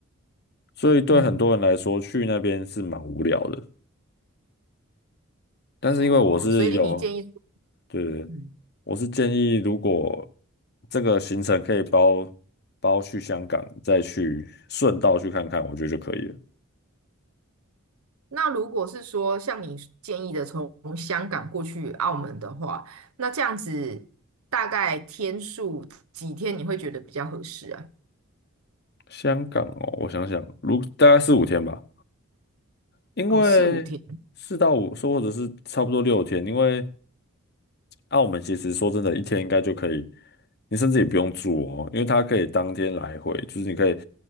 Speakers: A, on the left; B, on the right.
A: 所以对很多人来说去那边是蛮无聊的。
B: 嗯，
A: 但是因为我是有。
B: 哦，所以你建议说
A: 对对对，
B: 嗯，
A: 我是建议，如果这个行程可以包包去香港，再去顺道去看看，我觉得就可以了。
B: 那如果是说像你建议的从香港过去澳门的话，那这样子大概天数几天你会觉得比较合适啊？
A: 香港哦，我想想，如大概四五天吧，因为四到五，
B: 哦，四五天。
A: 说或者是差不多六天，因为那我们其实说真的，一天应该就可以，你甚至也不用住哦，因为它可以当天来回，就是你可以，